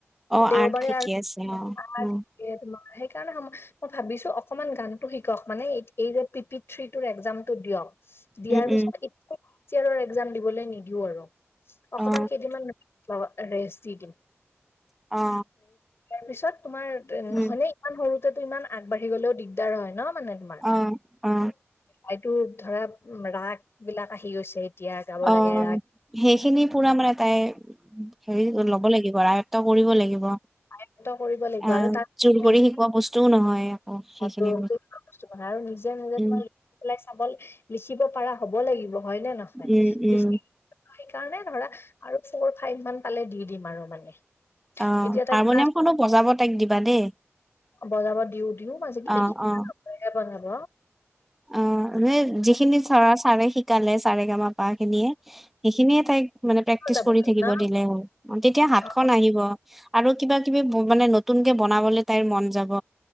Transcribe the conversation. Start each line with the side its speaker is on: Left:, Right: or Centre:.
Centre: অ
Left: দেওবাৰে
Centre: আৰ্ট শিকি আছে
Left: <unintelligible>
Centre: অ উম
Left: <unintelligible> সেইকাৰণে মই ভাবিছো অকনমান গানটো শিকক মানে এই এই যে পি পি থ্ৰীটোৰ একজাম টো দিয়ক। দিয়াৰ
Centre: উম
Left: পিছত
Centre: উম
Left: <unintelligible> এক্জাম দিবলে নিদিও আৰু
Centre: অ
Left: অকমান কেইদিনমান ৰেষ্ট দি দিম।
Centre: অ।
Left: তাৰ পিছত তোমাৰ
Centre: উম
Left: হয়নে ইমান সৰুতেতো ইমান আগবাঢ়ি গ'লেও দিগদাৰ হয়। নহয় মানে তোমাৰ
Centre: অ অ
Left: এইটো ধৰা ৰাগ বিলাক আহি গৈছে। এতিয়া গাব
Centre: অ
Left: লাগে ৰাগ
Centre: সেইখিনি পুৰা মানে তাই হেৰি ল'ব লাগিব আৰু আয় -ত্ব কৰিব লাগিব।
Left: আয়ত্ব কৰিব লাগিব
Centre: আহ
Left: আৰু তাই
Centre: জোৰ কৰি
Left: নিজৰ
Centre: শিকোৱা বস্তুও নহয় আকৌ
Left: <unintelligible>
Centre: সেইখিনি
Left: বস্তু বনাই আৰু নিজে নিজে
Centre: উম
Left: তোমাৰ লিখি পেলাই চাব লিখিব পাৰা হব লাগিব হয় নে নহয়
Centre: উম উম
Left: লি সেইকাৰণে ধৰা আৰু ফ'ৰ, ফাইভ মান পালে দি দিম আৰু মানে।
Centre: অ হাৰমনিয়াম
Left: এতিয়া তাই ক্লাছ
Centre: খনো বজাব তাইক দিবা দেই।
Left: বজাব দিওঁ দিওঁ মাজে কিন্তু
Centre: অ
Left: <unintelligible>
Centre: অ
Left: বজাব।
Centre: অ মানে যিখিনি ছাৰে শিকালে ছাৰে গামা পা খিনিয়ে সেইখিনিয়ে তাইক মানে প্ৰেক্টিচ
Left: বজাব
Centre: কৰি
Left: ন'
Centre: থাকিব দিলে হ'ল, তেতিয়া হাতখন
Left: অ'।
Centre: আহিব। আৰু কিবা কিবি মানে নতুনকে বনাবলে তাইৰ মন যাব।